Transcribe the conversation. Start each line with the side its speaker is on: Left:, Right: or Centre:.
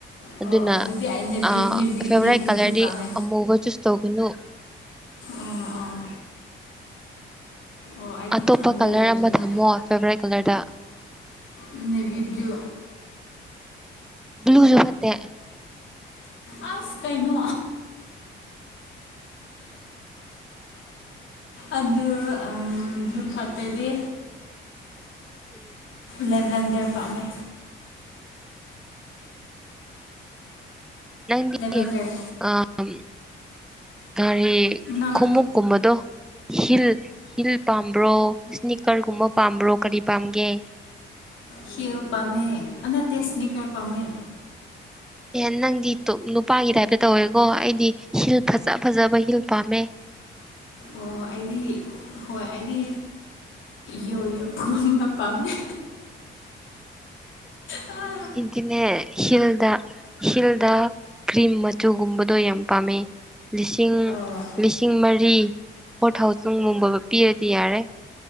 Centre: ꯑꯗꯨꯅ
Left: ꯑꯣ ꯑꯗꯨꯗꯤ ꯑꯩ ꯅꯦꯚꯤ
Centre: ꯑꯥ
Left: ꯅꯦꯚꯤ
Centre: ꯐꯦꯚꯣꯔꯥꯏꯠ
Left: ꯅꯦꯚꯤ
Centre: ꯀꯂ꯭ꯔꯗꯤ
Left: ꯕ꯭ꯂꯨ ꯄꯥꯝꯃꯦ
Centre: ꯑꯃꯨꯕ ꯆꯨꯁ ꯇꯧꯒꯅꯨ
Left: ꯑꯥ ꯑꯥ ꯑꯣ ꯑꯩꯗꯤ
Centre: ꯑꯇꯣꯞꯄ
Left: ꯈꯟꯗꯦ
Centre: ꯀꯂ꯭ꯔ
Left: ꯑꯗꯨꯅ
Centre: ꯑꯃ ꯊꯝꯃꯣ ꯐꯦꯕꯣꯔꯥꯏꯠ ꯀꯂ꯭ꯔꯗ
Left: ꯎꯝ ꯅꯦꯕꯤ ꯕ꯭ꯂꯨ
Centre: ꯕ꯭ꯂꯨꯖꯨ ꯐꯠꯇꯦ
Left: ꯑꯥꯁ ꯀꯩꯅꯣ ꯑꯗꯨ ꯑꯝ ꯕ꯭ꯂꯨ ꯐꯠꯇꯗꯤ
Centre: ꯕꯤꯡꯏꯠ
Left: ꯂꯦꯚꯦꯟꯗ꯭ꯔ ꯄꯥꯝꯃꯦ
Centre: ꯅꯪꯗꯤ
Left: ꯂꯦꯚꯦꯟꯗꯔ
Centre: ꯑꯝ ꯀꯔꯤ
Left: ꯅꯪ
Centre: ꯈꯨꯃꯨꯛ ꯀꯨꯝꯕꯗꯣ ꯍꯤꯜ ꯍꯤꯜ ꯄꯥꯝꯕ꯭ꯔꯣ ꯏꯁ꯭ꯅꯤꯀ꯭ꯔꯒꯨꯝꯕ ꯄꯥꯝꯕ꯭ꯔꯣ ꯀꯔꯤ ꯄꯥꯝꯒꯦ
Left: ꯈꯤꯜ ꯄꯝꯃꯦ ꯑ ꯅꯠꯇꯦ ꯏꯁ꯭ꯅꯤꯀ꯭ꯔ ꯄꯝꯃꯦ
Centre: ꯑꯦ ꯅꯪꯗꯤ ꯇꯨꯛ ꯅꯨꯄꯥꯒꯤ ꯇꯥꯏꯞꯇ ꯇꯧꯋꯦꯀꯣ ꯑꯩꯗꯤ ꯍꯤꯜ ꯐꯖ ꯐꯖꯕ ꯍꯤꯜ ꯄꯥꯝꯃꯦ
Left: ꯑꯣ ꯑꯩꯗꯤ ꯍꯣꯏ ꯑꯩꯗꯤ ꯌꯣ ꯌꯣꯈꯨꯝꯕ ꯄꯥꯝꯃꯦ ꯑꯥ
Centre: ꯑꯩꯗꯤꯅꯦ ꯍꯤꯜꯗ ꯍꯤꯜꯗ ꯀ꯭ꯔꯤꯝ ꯃꯆꯨꯒꯨꯝꯕꯗꯣ ꯌꯥꯝ ꯄꯥꯝꯃꯦ ꯂꯤꯁꯤꯡ
Left: ꯑꯣ
Centre: ꯂꯤꯁꯤꯡ ꯃꯔꯤ ꯐꯣꯔ ꯊꯥꯎꯖꯟꯒꯨꯝꯕꯒ ꯄꯤꯔꯗꯤ ꯌꯥꯔꯦ